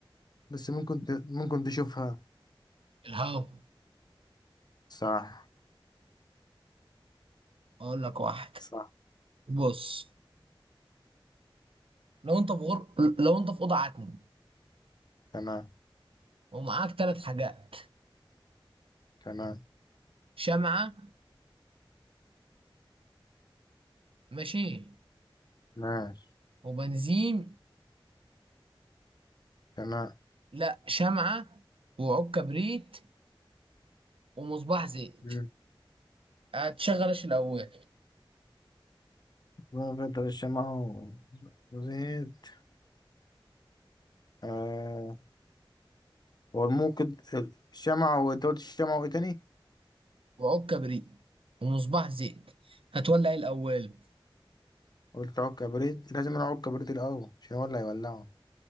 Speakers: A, on the left; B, on the right.
A: بس ممكن ت... ممكن تشوفها
B: الهوا
A: صح
B: اقول لك واحد
A: صح
B: بص لو انت في غر... لو انت في اوضه عتم
A: تمام
B: ومعاك ثلاث حاجات
A: تمام
B: شمعه ماشي
A: ماشي
B: وبنزين
A: تمام
B: لا شمعه وعود كبريت ومصباح زيت
A: مم.
B: هتشغل ايش الاول
A: وفترة الشمع وزيت آه والموقد الشمعة وانت قلت الشمعة وايه تاني؟
B: وعود كبريت ومصباح زيت هتولع إيه الأول
A: قلت عود كبريت لازم نعود كبريت الأول عشان هو اللي هيولعه